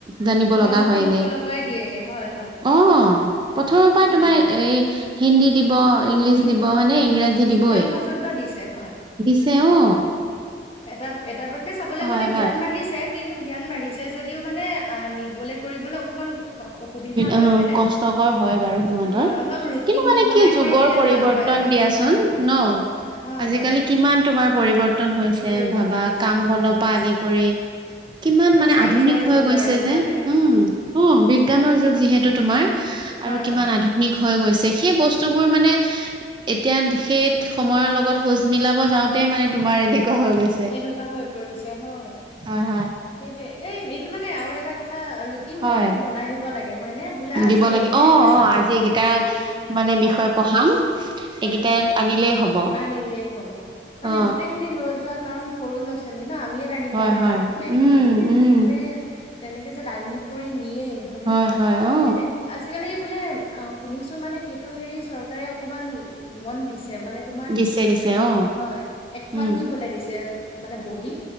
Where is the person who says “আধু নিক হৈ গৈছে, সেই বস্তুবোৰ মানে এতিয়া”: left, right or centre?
Right